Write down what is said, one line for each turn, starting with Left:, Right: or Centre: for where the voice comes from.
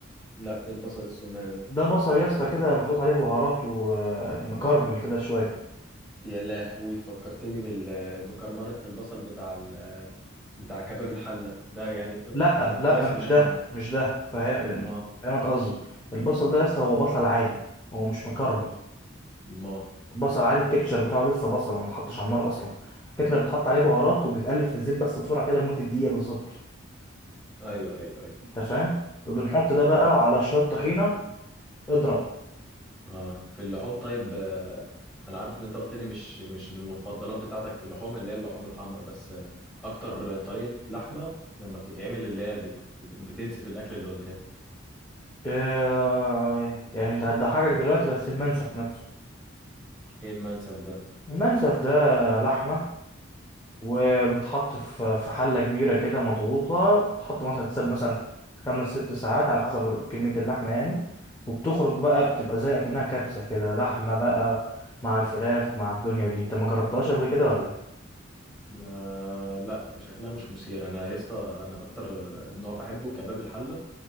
Centre: لا إيه البصل السمان ده
Left: ده بصل يا اسطى كده محطوط عليه بهارات ومكرمل كده شويه
Centre: يا لهوي فكرتني بال... بكرمرة البصل بتاع ال... بتاع كباب الحلة ده يعني
Left: لا
Centre: يعني كويس
Left: لا مش
Centre: ان احنا
Left: ده مش ده فاهم-
Centre: ما
Left: فاهمك قصدي البصل ده يا اسطى هو بصل عادي هو مش مكرمل
Centre: ما
Left: بصل عادي التكتشر بتاعه لسه بصل ما اتحطش على النار اصلا الفكره بتحط عليه بهارات وبيتقلب في الزيت بس بسرعه كده لمده دقيقه بالظبط
Centre: ايوه ايوه ايوه
Left: انت فاهم وبنحط ده بقى
Centre: طب
Left: وعلى شويه طحينه اضرب
Centre: اه في اللحوم طيب آه، انا عارف ان انت قلت لي مش مش من المفضلات بتاعتك في اللحوم اللي هي اللحوم الحمراء بس آه، اكتر طريقة لحمة لما بتتعمل اللي هي بت... بتنسف الاكل اللي قدامك
Left: آه، يعني انت هتضحكك دلوقتي بس المنسف نفسه
Centre: ايه المنسف ده
Left: المنسف ده لحمه وبتحط في في حله كبيره كده مضغوطه بتحط مثلا تساب مثلا خمس ست ساعات على حسب كميه اللحمه يعني وبتخرج بقى بتبقى زي اكنها كبسه كده لحمه بقى مع الفراخ مع الدنيا دي انت ما جربتهاش قبل كده ولا إيه؟
Centre: آه لا شكلها مش مثير انا يا اسطى انا اكتر نوع بحبه كباب الحلة